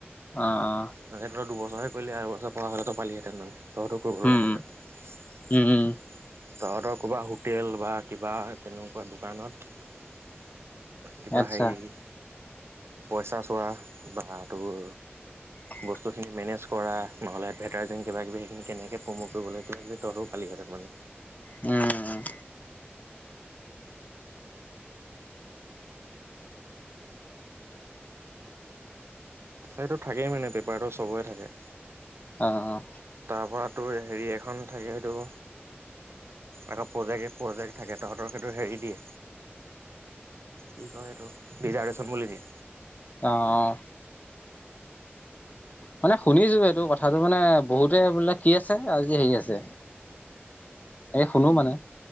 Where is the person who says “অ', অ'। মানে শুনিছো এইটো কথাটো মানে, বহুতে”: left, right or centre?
Left